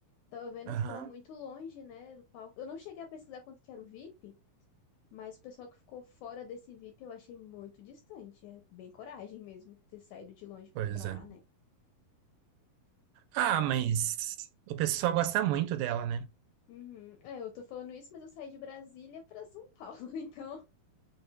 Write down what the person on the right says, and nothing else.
Aham,
pois
é.
Ah, mas o pessoal gosta muito dela, né?